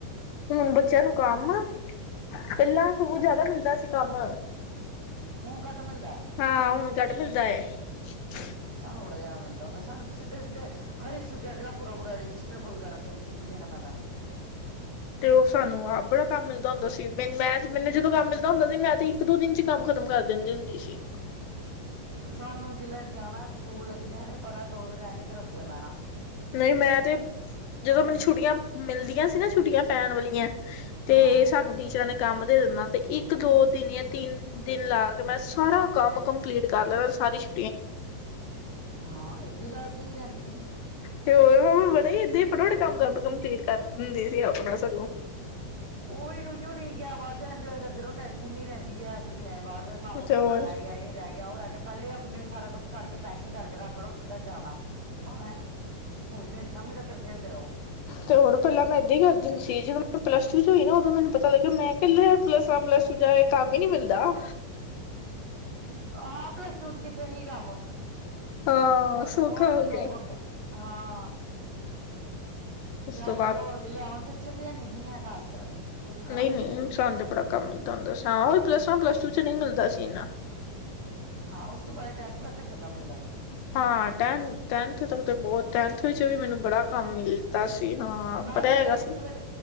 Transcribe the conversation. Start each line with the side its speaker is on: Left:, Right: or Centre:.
Left: ਹੁਣ ਬੱਚਿਆਂ ਨੂੰ ਕੰਮ ਪੈਲਾਂ ਸਗੋਂ ਜਾਦਾ ਮਿਲਦਾ ਸੀ ਕੰਮ।
Right: ਹੁਣ ਘੱਟ ਮਿਲਦਾ।
Left: ਹਾਂ ਹੁਣ ਘੱਟ ਮਿਲਦਾ <inaudible>
Right: ਸਾਨੂੰ ਬੜਾ ਜਾਦਾ ਮਿਲਦਾ ਹੁੰਦਾ ਸੀ, ਸਾਨੂੰ ਤੇ ਸਿੱਧੇ-ਸਿੱਧੇ ਹਰ ਇੱਕ ਸਬਜੈਕਟ ਦਾ ਪੂਰਾ-ਪੂਰਾ ਰਜਿਸਟਰ ਫੁੱਲ ਕਰਕੇ ਲੈਣਾ ਪੈਂਦਾ ਹੀ।
Left: ਤੇ ਓ ਸਾਨੂੰ ਆਪ ਬੜਾ ਕੰਮ ਮਿਲਦਾ ਹੁੰਦਾ ਸੀ‌। ਮਿਨ ਮੈਂ ਮੈਨੂੰ ਜਦੋਂ ਕੰਮ ਮਿਲਦਾ ਹੁੰਦਾ ਸੀ, ਮੈਂ ਤੇ ਇਕ, ਦੋ ਦਿਨ 'ਚ ਈ ਕੰਮ ਖ਼ਤਮ ਕਰ ਦਿੰਦੀ ਹੁੰਦੀ ਸੀ।
Right: ਸਾਨੂੰ ਜਿਲੇ ਜਾਣਾ ਸਕੂਲ ਲੱਗਣੇ, ਅਲੇ ਪਤਾ ਦੋ ਦਿਨ ਰੈ ਗੇ ਫੇਰ ਓਸ ਲੇ ਬੈਣਾ
Left: ਨਈ ਮੈਂ ਤੇ ਜਦੋਂ ਮੈਨੂੰ ਛੁੱਟੀਆਂ ਮਿਲਦੀਆਂ ਸੀ ਨਾ, ਛੁੱਟੀਆਂ ਪੈਣ ਵਲੀਆਂ ਤੇ
Right: ਹਾਂ
Left: ਸਾਨੂੰ ਟੀਚਰਾਂ ਨੇ ਕੰਮ ਦੇ ਦਣਾ ਤੇ ਇੱਕ- ਦੋ ਦਿਨ ਜਾਂ ਤਿੰਨ ਦਿਨ ਲਾ ਕੇ ਮੈਂ ਸਾਰਾ ਕੰਮ ਕੰਪਲੀਟ ਕਰ ਲੈਣਾ ਸਾਰੀ ਛ
Right: ਹਾਂ ਐ ਵੀ ਗੱਲ ਸ‌ਈ ਰੈਂਦੀ ਹੀ।
Left: ਤੇ ਹੋਰ ਬੜੇ ਏਦਾਂ ਈ ਫਟਾ ਫਟ ਕੰਮ ਕੰਪਲੀਟ ਕਰ ਦਿੰਦੀ ਹੁੰਦੀ ਸੀ ਆਪਣਾ ਸਗੋਂ।
Right: ਓ ਵੀ ਓਈਓ ਠੀਕ ਆ ਬਾਦ 'ਚ ਇੰਜੋਏ ਕਰਦੇ ਰੋ, ਟੈਂਨਸ਼ਨ ਨੀ ਰੈਂਦੀ ਐ ਛੁੱਟੀਆਂ ਦੇ ਬਾਦ। ਕੰਮ
Left: ਤੇ
Right: ਕਰਨਾ
Left: ਹੋਰ
Right: ਰੈ ਗਿਆ ਏ, ਏ ਰੈ ਗਿਆ, ਓ ਰੈ ਗਿਆ, ਪੈਲੇ ਆਪਣੀ ਸਾਰਾ ਕੁਛ ਕਰਕੇ ਪੈਕਿੰਗ ਕਰਕੇ ਰੱਖ ਲੋ ਸਿੱਧਾ ਜਾਣਾ। ਭਾਵੇਂ ਉਸ ਦਿਨ ਸ਼ਾਮੀ ਤੱਕਰ ਖੇਲਦੇ ਰਵੋ।
Left: ਤੇ ਹੋਰ ਪੈਲਾਂ ਮੈਂ ਏਦਾਂ ਈ ਕਰਦੀ ਹੁੰਦੀ ਸੀ, ਜਦੋਂ ਮੈਂ ਪਲੱਸ ਟੂ ਚ ਹੋਈ ਨਾ ਉਦੋਂ ਮੈਨੂੰ ਪਤਾ ਲੱਗਿਆ ਮੈਂ ਪੈਲੀ ਵਾਰ ਪਲੱਸ ਵਨ- ਪਲੱਸ ਟੂ 'ਚ ਜਾ ਕੇ ਕੰਮ ਈ ਨੀ ਮਿਲਦਾ।
Right: ਆ ਪਲੱਸ ਟੂ 'ਚ ਕਿੱਥੇ ਹੀ ਕੰਮ।
Left: ਹਾਂ
Right: ਹੋ
Left: ਸੌਖਾ
Right: ਹੋਲਡੇੋਂਬ
Left: ਹੋ ਗਿਆ
Right: ਹੋਮਵਰਕ ਹਾਂ।
Left: ਉਸ
Right: ਜਾਂ
Left: ਤੋਂ ਬਾਅਦ
Right: ਉਹ ਇਲੈਵਨਥ ਚ ਵੀਨੀ ਏਨੀ ਸੀ ਖਾਸ ਕਰ। ਕੁਛ ਖ਼ਾਸ
Left: ਨਹੀਂ-ਨਹੀਂ ਇਨ ਸਾਨੂੰ ਤੇ ਬੜਾ ਕੰਮ ਮਿਲਦਾ ਹੁੰਦਾ ਸੀ ਉਹ ਪਲੱਸ ਪਲੱਸ ਟੂ ਚ ਨਹੀਂ ਮਿਲਦਾ ਸੀ ਇਨਾ
Right: ਹਾਂ ਉਸ ਤੋਂ ਪੈਲੇ ਟੈਨਥ ਤਕ ਚੰਗਾ ਮਿਲਦਾ ਸੀ।
Left: ਹਾਂ ਟੈਨ, ਟੈਨਥ ਤਕ ਤੇ ਬੋਹਤ, ਟੈਨਥ ਵਿੱਚ ਵੀ ਮੈਨੂੰ ਬੜਾ ਕੰਮ ਮਿਲ ਤਾਸੀ ਹਾਂ।
Right: ਮੈਂ
Left: ਪਤਾ
Right: ਵੀ
Left: ਹੈਗਾ
Right: ਏਠਥ
Left: ਸੀ।
Right: ਤਕ,